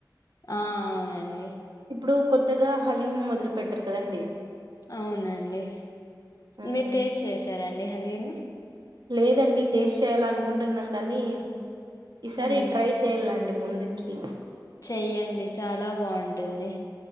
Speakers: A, on the left; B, on the right.
A: ఆ అవునండి
B: ఇప్పుడు కొత్తగా హలీం మొదలు పెట్టారు కదండి
A: అవునండి
B: హ్మ్.
A: మీరు టేస్ట్ చేసారండి అండి హలీం
B: లేదండి టేస్ట్ చెయ్యాలి అనుకుంటున్నా కానీ ఈసారి
A: హ్మ్.
B: ట్రై చెయ్యాలండి ముందుకి
A: చెయ్యండి చాలా బాగుంటుంది